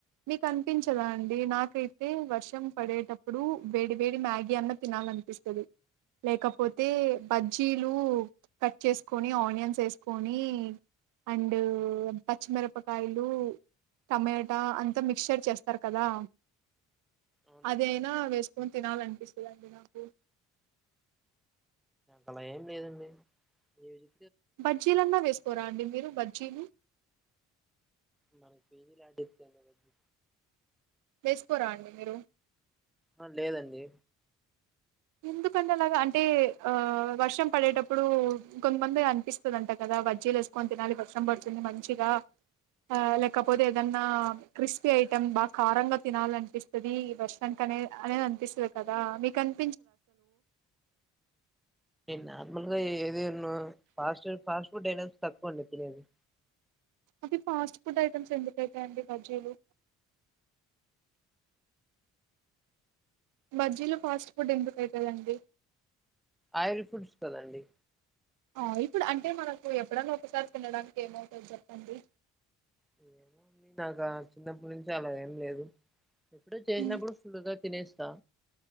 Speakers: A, on the right (about 85°); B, in the centre.
A: మీకన్ పించద్వా అండి నాకైతే వర్షం పడేటప్పుడు వేడి, వేడి, మ్యాగీ అన్న తినాలనిపిస్తది. లేకపోత్ తే బజ్జీలు కట్ చేసుకొని ఆనియన్స్ వేసుకొని అండ్ పచ్చిమిరపకాయలు టమేటా అంతా మిక్చర్ చేస్తారు. కదా మ్మ్
B: అవునండి
A: అదేయినా వేస్క్ కొన్ తినాలనిపిస్తుందండి. నాకున్
B: అలా ఏం లేదండి. ఇ ఇ
A: బజ్జీలన్నా వేసుకోరా అండి. మీరు బజ్జీలు
B: మనక్ పీజీలు ఆడిత్తేననేది
A: ఇసుకోరాండి. మీరు
B: ఆ లేదండి.
A: ఎందుకంటే అలాగా అంటే ఆ వర్షం పడేటప్పుడూ ఇకొంమంది అనిపిస్తుందంట. కదా వజ్జీలు వేసుకొని తినాలి వర్షం పడుతుంది. మంచిగా ఆ లేకపోతే ఏదన్నా క్రిస్పీ ఐటెమ్ బాగా కారంగా తినాల్ అనిపిస్తుంది. వర్షాన్ కనే అనేది అనిపిస్తుంది. కదా మీకన్
B: నార్మల్గా ఏ ఫాస్ట్ ఫాస్ట్ ఫుడ్ అయినా తక్కువ అండి తినేది
A: అవి ఫాస్ట్ ఫుడ్ ఐటమ్స్ ఎందుకుఅయితాయండి బజ్జీలు బజ్జీలో ఫాస్ట్ ఫుడ్ ఎందుకుఅయితయండి
B: ఆయిల్ ఫుడ్స్ కదండి
A: ఆహ్ ఇప్పుడు అంటే మనకు ఎప్పుడైన్నా ఒకసారి తినడానికి ఏమవుతది చెప్పండి
B: <unintelligible> నాకు చిన్నప్పటి నుంచి అలా ఏం లేదు ఎప్పుడు చేసినప్పుడు
A: హ్మ్
B: ఫుల్గా తినేస్తా